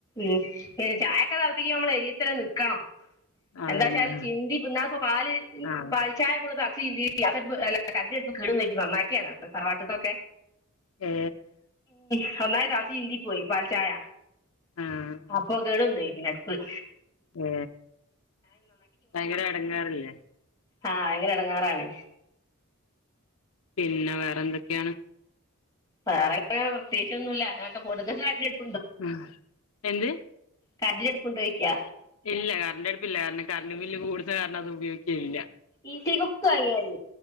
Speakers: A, on the left (about 15°); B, on the left (about 80°).
A: ഉം പിന്നെ ചായൊക്കെ തെളപ്പിക്കോമ്പോളെ ഇ <unintelligible> നിക്കണം
B: അതന്നെ
A: എന്താച്ചാൽ ചിന്തി <unintelligible> ന്നാൾ ഇപ്പം പാല് മ്ം
B: ആഹ്
A: പാൽ ചായ <unintelligible> <unintelligible> ഗ്യാസടുപ്പ് എല്ലാ കരണ്ട് വരുമ്പോ കെട് വന്നിട്ട് നന്നാക്കിയണ് തറവാട്ട്ത്തൊക്കെ
B: ഏ
A: നന്നായി ഗാസ് ചീന്തിപോയി പാൽചായ
B: ആഹ്
A: അപ്പൊ കേടൊന്നേ പി <unintelligible> <unintelligible>
B: ഏ ഭയങ്കര എടങ്ങാറ്ല്ലേ
A: ആഹ് <unintelligible> എടങ്ങാറാണ്
B: പിന്നെ വേറെന്തൊക്കെയാണ്
A: വേറെക്കെ പ്രത്യേച്ചൊന്നുല്ല അങ്ങനെയൊക്കെ പൊട്ന്ന് <unintelligible>
B: ഉം എന്ത്
A: കരണ്ടിഅടുപ്പ് ഉണ്ടോയ്ക്യ
B: ഇല്ല കറണ്ട് അടുപ്പില്ല കാണം കറണ്ട് ബില്ല് കൂടുത കാരണം അത് ഉപയോഗിക്കയില്ല
A: ഈസി കുക്ക് വാങ്ങിയതി